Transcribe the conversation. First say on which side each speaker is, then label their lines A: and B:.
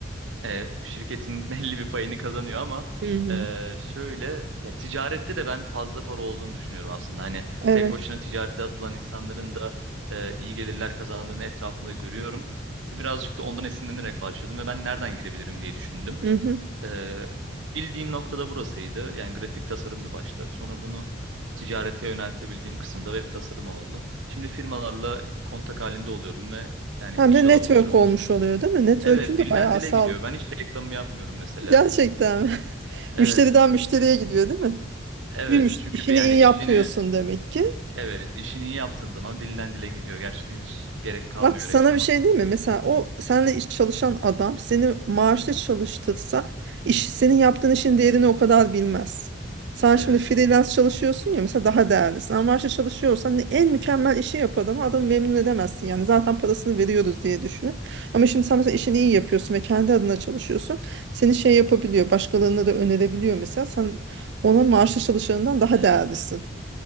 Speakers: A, on the right; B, on the right.
A: e, şirketin <laughs> belli bir payını kazanıyor ama
B: Hı hı.
A: e, şöyle ya, ticarette de ben fazla para olduğunu düşünüyorum aslında. Hani
B: Evet.
A: tek başına ticarete atılan insanların da e, iyi gelirler kazandığını etrafımda görüyorum. Birazcık da ondan esinlenerek başladım ve ben nereden girebilirim diye düşündüm.
B: Hı hı.
A: E, bildiğim noktada burasıydı. Yani grafik tasarımdı başta. Sonra bunu ticarete yöneltebildiğim kısımda web tasarımı oldu. Şimdi firmalarla kontak halinde oluyorum ve yani
B: Hem
A: iş
B: de
A: alabiliyorum.
B: network olmuş oluyor değil mi? Network'ün
A: Evet,
B: de
A: dilden
B: bayağı
A: dile
B: sağlam.
A: gidiyor. Ben hiç reklamı yapmıyorum mesela.
B: Gerçekten. mi? <laughs>
A: Evet,
B: Müşteriden müşteriye gidiyor değil mi?
A: evet.
B: Bir müşteri
A: Çünkü
B: işini
A: bir yani
B: iyi
A: işini,
B: yapıyorsun demek ki.
A: evet, işini iyi yaptığın zaman dilden dile gidiyor. Gerçekten hiç gerek kalmıyor
B: Bak sana
A: reklama.
B: bir şey değil mi? Mesela o seninle iş çalışan adam seni maaşlı çalıştırsa iş, senin yaptığın işin değerini o kadar bilmez. Sen
A: Evet,
B: şimdi freelance çalışıyorsun ya mesela daha değerlisin. Ama maaşlı çalışıyorsan ne- en mükemmel işi yapar ama adamı memnun edemezsin. Yani zaten parasını veriyoruz diye düşünün. Ama şimdi sen mesela işini iyi yapıyorsun ve kendi adına çalışıyorsun. Seni şey yapabiliyor, başkalarına da önerebiliyor mesela. Sen ona maaşlı çalışanından daha
A: evet.
B: değerlisin.